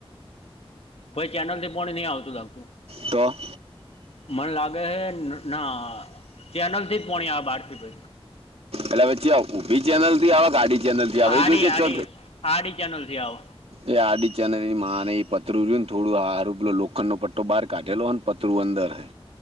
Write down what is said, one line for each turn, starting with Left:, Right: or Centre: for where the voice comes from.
Left: ભાઈ ચેનલ પોણી નહી આવતું લાગતું.
Right: તો
Left: મને લાગે હૈ ના ચેનલથી જ પોણી આ બહારથી ભાઈ
Right: એટલે પછી ઊભી ચેનલ થી આવે આડી ચેનલ થી આવે
Left: આડી
Right: એ જોજે
Left: આડી
Right: ચો
Left: આડી ચેનલથી આવે
Right: એ આડી ચને એ માને પતરું જોયું ને થોડું હારું પલો લોખંડ નો પટ્ટો બહાર કાઢેલો હ ને પતરું અંદર હે.